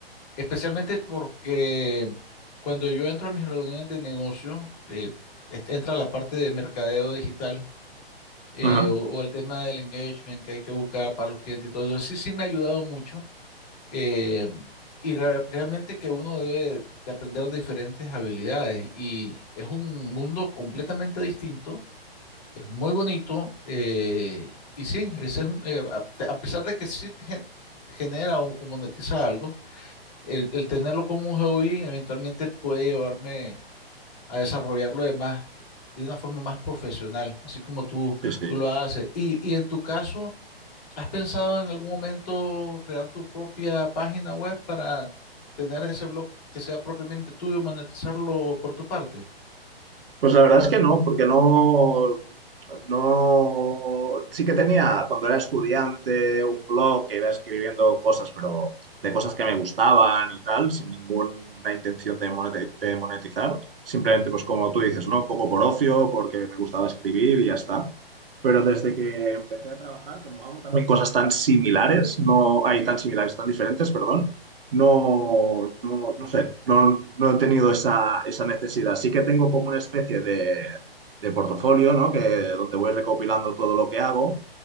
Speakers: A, on the left; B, on the right.
A: especialmente porque cuando yo entro a mis reuniones de negocio, eh, et- entra la parte de mercadeo digital eh,
B: Ajá.
A: o, o el tema del engagement que hay que buscar para los clientes y todo eso. Sí, sí me ha ayudado mucho. eh, y re- realmente que uno debe de aprender diferentes habilidades y es un mundo completamente distinto Es muy bonito eh, y sí, ese es un, eh, a, a pesar de que sí te gen- genera o, o monetiza algo, el, el tenerlo como un hobby eventualmente puede llevarme a desarrollarlo de más, de una forma más profesional, así como tú,
B: Sí, sí.
A: tú lo haces. Y, y en tu caso, ¿has pensado en algún momento crear tu propia página web para tener ese blog que sea propiamente tuyo y monetizarlo por tu parte?
B: Pues la verdad es que no, porque no, no, sí que tenía cuando era estudiante un blog que iba escribiendo cosas, pero de cosas que me gustaban y tal, sin ninguna intención de moneti- de monetizar, simplemente pues como tú dices, ¿no? Un poco por ocio, porque me gustaba escribir y ya está. Pero desde que empecé a trabajar, como hago también cosas tan similares, no hay tan similares, tan diferentes, perdón no, no, no sé, no, no he tenido esa, esa necesidad. Sí que tengo como una especie de, de portafolio, ¿no? Que, donde voy recopilando todo lo que hago